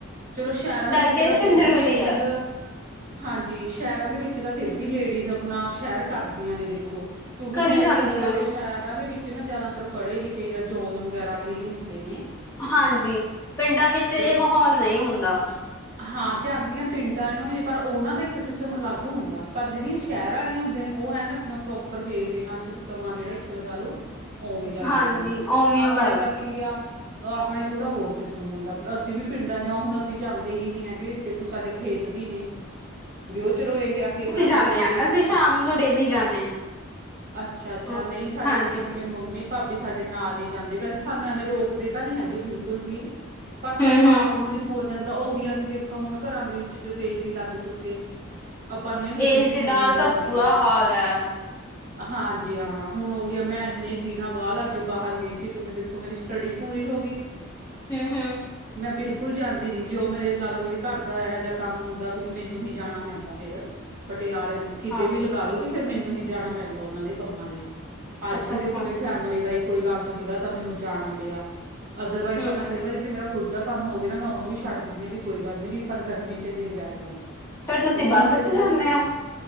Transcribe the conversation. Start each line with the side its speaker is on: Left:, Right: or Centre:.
Right: ਚਲੋ ਸੈ਼ਹਰਾਂ
Left: ਡਾਇਟੇਸ਼ਨ
Right: ਦੇ ਵਿੱਚ ਤਾਂ ਫੇਰ
Left: ਜ਼ਰੂਰੀ
Right: ਬੀ ਲੇਡੀਜ਼
Left: ਹੈ
Right: ਹਾਂਜੀ, ਸੈ਼ਹਰਾਂ ਦੇ ਵਿੱਚ ਤਾਂ ਫੇਰ ਬੀ ਲੇਡੀਜ਼ ਅਪਣਾ ਸੈ਼ਰ ਕਰਦੀਆਂ ਨੇ ਦੇਖੋ ਕਿਉਂਕਿ
Left: ਕਰੀ
Right: ਮੋਸੱਲੀ
Left: ਜਾਂਦੀਆਂ
Right: ਲਾ ਲੋ
Left: ਨੇ
Right: ਸੈ਼ਹਰਾਂ ਦੇ ਵਿੱਚ ਚ ਨਾ ਜਾਦਾਤਰ ਪੜੇ ਲਿਖੇ ਯਾ ਜੋਵ ਵਗੈਰਾ ਅਲੇ ਈ ਹੁੰਦੇ ਨੇ
Left: ਹਾਂਜੀ, ਪਿੰਡਾਂ ਵਿੱਚ ਏ
Right: ਚਲੋ
Left: ਮਹੌਲ ਨਹੀਂ ਹੁੰਦਾ।
Right: ਹਾਂ ਜਾਂਦੀਆਂ ਪਿੰਡਾਂ ਆਲੀਆਂ ਵੀ ਨੇ, ਪਰ ਓਨਾਂ ਦੇ ਇੱਕ ਸਿਸਟਮ ਅਲੱਗ ਹੁੰਦਾ, ਪਰ ਜੇੜੀਆਂ ਸੈ਼ਹਰਾਂ ਆਲੀਆਂ ਹੁੰਦੀਆਂ ਨੇ ਓ ਐਨ ਅਪਨਾ ਪ੍ਰੋਪਰ ਵੇ ਦੇ ਨਾਲ ਸਿਸਟਮ ਆ ਜੇੜਾ ਇੱਕ ਲਗਾ ਲੋ, ਓਵੇਂ ਜਾਂਦੀਆਂ
Left: ਹਾਂਜੀ
Right: ਨੇ,
Left: ਉਵੇਂ
Right: ਆਪਣੇ
Left: ਉਹ ਕਰ
Right: ਤਾਂ ਕੀ ਆ ਆਪਣੇ ਥੋੜਾ ਹੋਰ ਸਿਸਟਮ ਹੁੰਦਾ, ਅਸੀ ਵੀ ਪਿੰਡਾਂ ਚ ਆਂ ਹੁਣ ਅਸੀਂ ਜਾਂਦੇ ਦੇ ਹੀ ਨੀ ਹੈਗੇ, ਦੇਖੋ ਸਾਡੇ ਖੇਤ ਵੀ ਨੇ, ਵੀ ਓ ਚਲੋ ਏਹ ਆ ਕਿ ਅਗਰ
Left: ਅਸੀਂ
Right: ਅਪਾਂ
Left: ਜਾਂਦੇ
Right: ਜਾਈਏ
Left: ਹਾਂ
Right: ਇੱਕ,
Left: ਅਸੀਂ ਸ਼ਾਮ
Right: <inaudible>
Left: ਨੂੰ ਡੇਲੀ ਜਾਂਦੇ
Right: ਅੱਛਾ,
Left: ਹਾਂ
Right: ਅੱਛਾ ਨਹੀਂ ਸਾਡੇ
Left: ਹਾਂਜੀ
Right: ਵਿੱਚ ਜਿਵੇਂ ਮੇਰੀ ਮੰਮੀ ਭਾਬੀ ਸਾਡੇ ਨਾਲ ਨੀ ਜਾਂਦੇ, ਵੈਸੇ ਸਾਨੂੰ ਐਵੇਂ ਰੋਕਦੇ ਤਾ ਨੀ ਹੈਗੇ ਬਿਲਕੁਲ ਵੀ ਪਰ ਸਾਨੂੰ
Left: ਹਮ
Right: ਆਪ
Left: ਹਮ
Right: ਨੂੰ ਈ ਤਾਂ ਓਹੀ ਆ ਕਿ ਦੇਖਾਂ ਹੁਣ ਘਰਾਂ ਦੇ ਵਿੱਚ ਜਦੋਂ ਏ ਸੀ ਲਾੱਗ ਚੁੱਕੇ। ਅਪਾਂ ਨੂੰ ਏ ਹੁੰਦੀ
Left: ਇਸ
Right: ਵੀ ਕਿੰਨੀ
Left: ਨਾਲ
Right: ਗਰਮੀ
Left: ਤਾਂ ਬੁਰਾ
Right: ਆ।
Left: ਹਾਲ ਹੈ
Right: ਹਾਂਜੀ, ਹਾਂ ਹੁਣ ਓਹੀ ਐ, ਮੈਂ ਐਨੇ ਦਿਨਾਂ ਬਾਦ ਆੱਜ ਬਾਹਰ ਗਈ ਸੀ ਕਿਉਂਕਿ ਦੇਖੋ ਮੇਰੀ ਸਟਡੀ ਪੂਰੀ ਹੋ ਗੀ।
Left: ਹੂੰ, ਹੂੰ।
Right: ਮੈਂ ਬਿਲਕੁਲ ਜਾਂਦੀ ਰੀ। ਜੋ ਮੇਰੇ ਲਾ ਲੋ ਮੇਰੇ ਘਾਰ ਦਾ ਐਹ ਜਾ ਕਾੰਮ ਹੁੰਦਾ ਕਿਉਂਕਿ ਮੈਨੂੰ ਹੀ ਜਾਣਾ ਪੈਂਦਾ ਫੇਰ ਪਟਿਆਲੇ ਦੇ ਕਿਤੇ
Left: ਹਾਂ
Right: ਵੀ ਲਗਾਲੋ ਵੀ ਫੇਰ ਮੈਨੂੰ ਹੀ ਜਾਣਾ ਪੈਂਦਾ ਓਨਾਂ ਦੇ ਕੰਮਾਂ ਲਈ ਆੱਜ
Left: ਅੱਛਾ
Right: ਵੀ
Left: ਅੱਛਾ
Right: ਦੇਖੋ ਮੇਰੀ ਫੈਮਿਲੀ ਦਾ ਈ ਕੋਈ ਕਾੰਮ ਸੀਗਾ ਤਾਂ ਮੈਨੂੰ ਜਾਣਾ ਪੇਆ, ਅਦਰਵਾਈਜ਼
Left: ਹਮ
Right: ਤਾਂ ਮੈਂ
Left: ਹਮ
Right: ਕਈ ਵਾਰੀ ਜੇ ਮੇਰਾ ਖੁਦ ਦਾ ਕਾੰਮ ਹੋਵੇ ਨਾ ਮੈਂ ਓਨੂੰ ਵੀ ਮਾ਼ੱਡ ਦੇਨੀ ਆ ਵੀ ਕੋਈ ਗਾੱਲ ਨੀ ਵੀ ਪਰ ਗਰਮੀ ਚ ਨਹੀ ਜਾਏਆ ਜਾਂਦਾ।
Left: ਫਿਰ ਤੁਸੀਂ
Right: ਕਿਉਕਿ
Left: ਬੱਸ
Right: ਹੁਣ ਦੇਖੋ
Left: ਚ ਜਾਂਦੇ ਹੋ